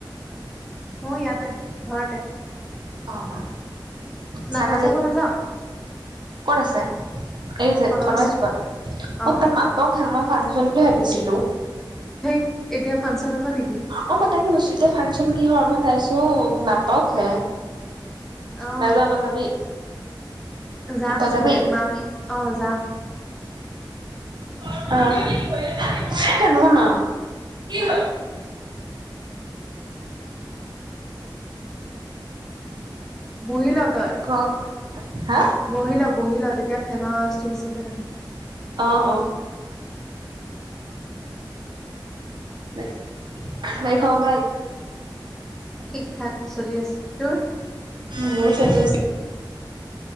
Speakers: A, in the centre; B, on the right.
A: মই ইয়াতে, ঘৰতে।
B: অ, অ,
A: নাটক
B: চাহ খালি?
A: চাব নাযাওঁ
B: ক'ত আছে, এই যে
A: কনবা
B: ধনময়
A: চুক
B: চোকত, অ,
A: অঁ
B: তাত মানুহ হে, মই ফাংচন বুলি ভাবিছিলোঁ।
A: ধেত এতিয়া ফাংচন হ'বা নেকি?
B: অ, মই তাকে ভাবিছো, এতিয়া ফাংচন কি হয়, মই চাইছোঁ নাটক হে।
A: অঁ
B: নাজাওঁ তই যাবি?
A: যাম
B: তই
A: চাগে,
B: যাবি
A: মাহ অ, যাম।
B: <unintelligible>
A: বহি ল, তই।
B: ক, হা?
A: বহি ল, বহি ল, তেতিয়া ফেনৰ আৱাজটো বেছিকৈ নাহে।
B: অ, অ, বাকী, খবৰ ভাল?
A: ঠিক-থাক চলি আছে, তোৰ?
B: উম, মোৰো চলি আছে।